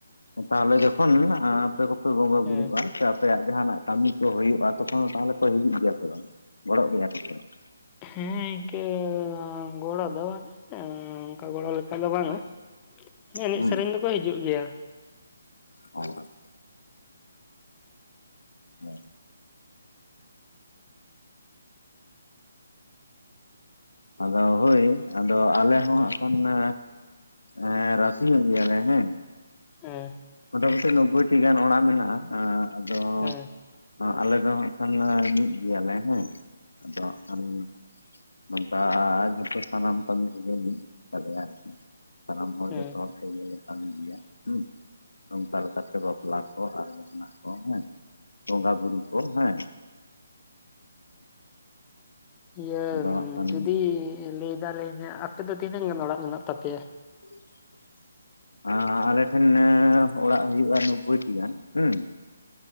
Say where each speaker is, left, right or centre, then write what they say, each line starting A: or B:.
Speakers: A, on the left; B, on the left.
A: ᱛᱟᱦᱞᱮ ᱡᱚᱠᱷᱚᱱ ᱟᱸ ᱟᱯᱮ ᱠᱚᱯᱮ ᱵᱚᱸᱜᱟ
B: ᱦᱮᱸ
A: ᱵᱩᱨᱩᱜᱼᱟ ᱥᱮ ᱟᱯᱮᱭᱟᱜ ᱡᱟᱦᱟᱸᱱᱟᱜ ᱠᱟᱹᱢᱤ ᱠᱚ ᱦᱩᱭᱩᱜᱼᱟ, ᱛᱚᱠᱷᱚᱱ ᱫᱚ ᱛᱟᱦᱞᱮ ᱯᱮ ᱦᱤᱡᱩᱜ ᱜᱤᱭᱟ ᱥᱮ ᱵᱟᱝ? ᱜᱚᱲᱚᱜ ᱜᱮᱭᱟ ᱠᱚ ᱥᱮ ᱵᱟᱝ?
B: ᱦᱮᱸ ᱤᱝᱠᱟᱹᱻ ᱜᱚᱲᱚ ᱫᱚ ᱮᱸᱻ ᱚᱱᱠᱟ ᱜᱚᱲᱚ ᱞᱮᱠᱷᱟᱡ ᱫᱚ ᱵᱟᱝᱼᱟ᱾ ᱮᱱᱮᱡ
A: ᱦᱩᱸ
B: ᱥᱮᱨᱮᱧ ᱫᱚᱠᱚ ᱦᱤᱡᱩᱜ ᱜᱮᱭᱟ᱾
A: ᱚᱸ ᱟᱪᱪᱷᱟ ᱟᱫᱚ ᱦᱳᱭ ᱟᱫᱚ ᱟᱞᱮ ᱦᱚᱸ
B: ᱦᱮᱸ
A: ᱦᱟᱸᱜ ᱠᱷᱟᱱ ᱚᱱᱮ ᱮᱸ ᱨᱟᱥᱤ ᱧᱚᱜ ᱜᱮᱭᱟᱞᱮ ᱦᱮᱸ
B: ᱦᱮᱸ
A: ᱢᱚᱴᱟᱢᱩᱴᱤ ᱱᱚᱵᱽᱵᱳᱭ ᱴᱤ ᱜᱟᱱ ᱚᱲᱟᱜ ᱢᱮᱱᱟᱜᱼᱟ᱾ ᱟᱸ ᱟᱫᱚ
B: ᱦᱮᱸ
A: ᱚᱸ ᱟᱞᱮ ᱫᱚ ᱦᱟᱸᱜ ᱠᱷᱟᱱ ᱟᱸᱻ ᱢᱤᱫ ᱜᱮᱭᱟᱞᱮ ᱦᱮᱸ ᱟᱫᱚ ᱦᱟᱸ ᱱᱚᱝᱠᱟ ᱡᱷᱚᱛᱚ ᱥᱟᱱᱟᱢ ᱠᱟᱹᱢᱤ ᱠᱚᱜᱮ ᱢᱤᱫ ᱜᱮᱛᱟ ᱞᱮᱭᱟ ᱟᱨᱠᱤ᱾ ᱥᱟᱱᱟᱢ ᱦᱚᱲ
B: ᱦᱮᱸ
A: ᱡᱷᱚᱛᱚ ᱦᱚᱲ ᱛᱮᱜᱮ ᱞᱮ ᱠᱟᱹᱢᱤ ᱜᱮᱭᱟ ᱦᱩᱸ ᱱᱚᱝᱠᱟ ᱞᱮᱠᱟᱛᱮ ᱵᱟᱯᱞᱟ ᱠᱚ ᱟᱨ ᱡᱟᱦᱟᱱᱟᱜ ᱠᱚ ᱦᱮᱸ ᱵᱚᱸᱜᱟ ᱵᱩᱨᱩ, ᱠᱳ ᱦᱮᱸ
B: ᱤᱭᱟᱹ
A: ᱟᱫᱚ ᱦᱟᱸᱜ
B: ᱡᱩᱫᱤ ᱞᱟᱹᱭᱫᱟ ᱞᱮ ᱦᱮᱸ ᱟᱯᱮ ᱫᱚ ᱛᱤᱱᱟᱹᱝ ᱜᱟᱱ ᱚᱲᱟᱜ ᱢᱮᱱᱟᱜ ᱛᱟᱯᱮᱭᱟ?
A: <unintelligible> ᱟᱸᱻ ᱟᱞᱮ ᱴᱷᱮᱱ ᱮᱸᱻ ᱚᱲᱟᱜ ᱦᱩᱭᱩᱜᱼᱟ ᱱᱚᱵᱽᱵᱳᱭᱴᱤ ᱜᱟᱱ ᱦᱩᱸ,